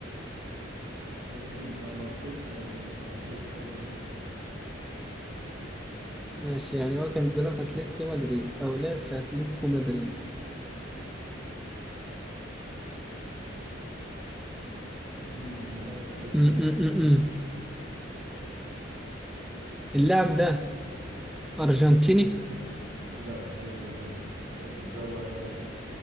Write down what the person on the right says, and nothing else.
مدرب ما ما اعتقدش يعني لا ما اعتقدش لو مدرب
امم لعب في اتلتيكو
مدريد
لا مش ارجنتين ناقص لك اربع اسئله